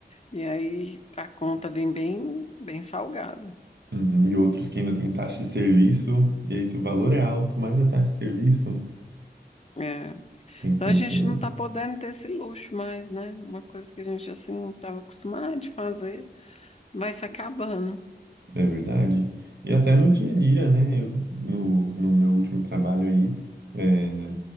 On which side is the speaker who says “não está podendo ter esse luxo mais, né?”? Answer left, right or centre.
Left